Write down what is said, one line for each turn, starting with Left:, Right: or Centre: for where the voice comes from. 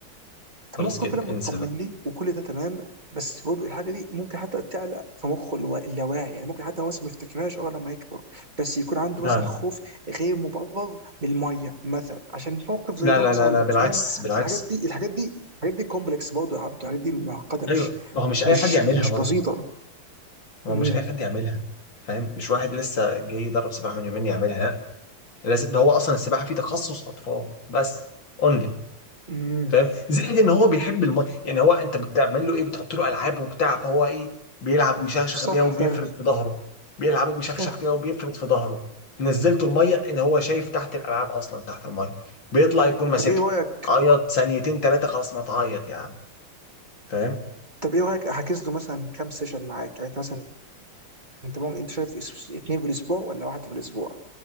Left: خلاص
Right: ممكن يكون
Left: كده
Right: فعلا مطمن
Left: انسى بقى
Right: لي وكل ده تمام بس برضه الحاجه دي ممكن حتى تعلق في مخه اللي هو اللاواعي يعني ممكن حتى هو مثلا ما يفتكرهاش اه لما يكبر بس يكون عنده
Left: لا
Right: مثلا خوف غير مبرر من الميه مثلا عشان موقف زي
Left: لا
Right: ده
Left: لا
Right: حصل
Left: لا لا
Right: له
Left: بالعكس
Right: فاهم
Left: بالعكس
Right: بس الحاجات دي الحاجات دي الحاجات دي كومبلكس برضه يا عبده الحاجات دي معقده مش
Left: ايوه ما هو مش
Right: مش
Left: اي حد يعملها
Right: مش
Left: برضه
Right: بسيطه
Left: ما
Right: امم
Left: هو مش اي حد يعملها فاهم مش واحد لسه جاي يدرب سباحه من يومين يعملها لازم ده هو اصلا السباحه فيه تخصص اطفال بس اونلي
Right: امم
Left: فاهم زائد ان هو بيحب الماء يعني هو انت بتعمل له ايه بتحط له العاب وبتاع فهو ايه بيلعب ويشخشخ
Right: صح
Left: بيها وبيفرد
Right: فعلا
Left: في ظهره بيلعب وبيشخشخ
Right: صح
Left: فيها وبيفرد في ظهره نزلته الميه ان هو شايف تحت الالعاب اصلا تحت الميه بيطلع يكون ماسكها
Right: طب ايه رايك
Left: عيط ثانيتين ثلاثه خلاص ما تعيط يعني فاهم.
Right: طب ايه رايك احجز له مثلا كام سيشن معاك يعني انت مثلا انت ممكن انت شايف اثنين في الاسبوع ولا واحد في الاسبوع